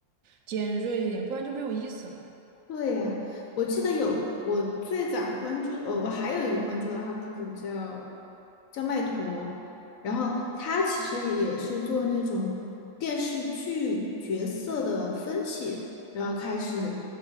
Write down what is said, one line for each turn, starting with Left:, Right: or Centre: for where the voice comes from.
Right: 尖锐一点，不然就没有意思了。
Left: 对呀，我记得有我最早关注，哦，我还有一个关注的 UP 主叫叫麦陀，然后他其实也是做那种电视剧角色的分析，然后开始